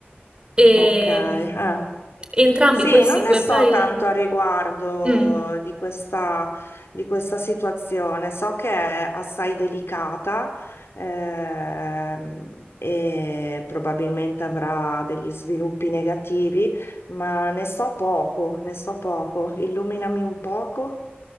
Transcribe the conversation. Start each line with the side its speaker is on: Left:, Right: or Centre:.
Right: E
Left: ok. Ah.
Right: mh, entrambi
Left: Sì,
Right: questi
Left: non
Right: due
Left: ne so
Right: paesi...
Left: tanto a riguardo
Right: Mm.
Left: di questa, di questa situazione, so che è assai delicata ehm, e probabilmente avrà degli sviluppi negativi, ma ne so poco, ne so poco. Illuminami un poco.